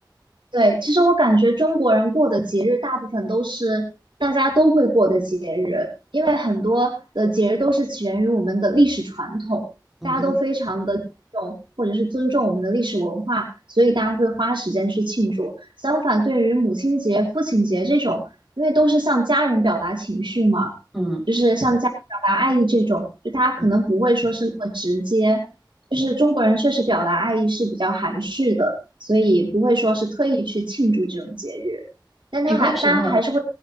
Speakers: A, on the right; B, in the centre.
A: 对，其实我感觉中国人过的节日大部分都是大家都会过的节日，因为很多的节日都是起源于我们的历史传统，
B: 嗯哼，
A: 大家都非常的重或者是尊重我们的历史文化，所以大家会花时间去庆祝。相反，对于母亲节、父亲节这种，因为都是向家人表达情绪嘛，
B: 嗯
A: 就是向家人表达爱意这种，就大家可能不会说是那么直接。
B: 嗯，
A: 就是中国人确实表达爱意是比较含蓄的，所以不会说是特意去庆祝这种节日，但他还大家还是会，
B: 有没有什么？